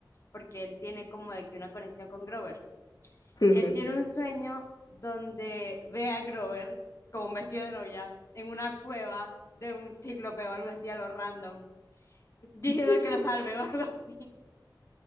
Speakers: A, on the left; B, on the left.
A: porque él tiene como de que una conexión con Grover.
B: Sí,
A: Y
B: sí.
A: él tiene un sueño donde ve a Grover como vestido de novia en una cueva de un cíclope o algo así a lo random, diciendo
B: Sí, sí.
A: que lo salve o <laughs> algo así.